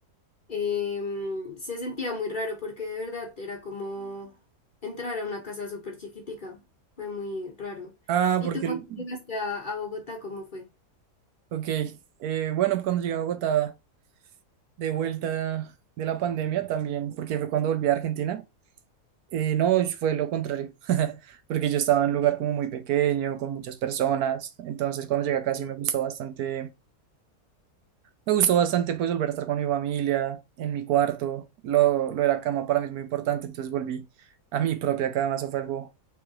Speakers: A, on the left; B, on the right.
A: em, se sentía muy raro porque de verdad era como entrar a una casa súper chiquitica, fue muy raro.
B: Ah,
A: ¿Y
B: porque,
A: tú cuando
B: el-
A: llegaste a, a Bogotá, cómo fue?
B: ok, eh, bueno, cuando llegué a Bogotá, de vuelta de la pandemia también, porque fue cuando volví a Argentina, eh, no, fue lo contrario, <laughs> porque yo estaba en un lugar como muy pequeño, con muchas personas, entonces cuando llegué
A: Ok,
B: acá sí me gustó bastante, me gustó bastante pues volver a estar con mi familia, en mi cuarto, lo, lo de la cama para mí es muy importante, entonces volví a mi propia cama, eso fue algo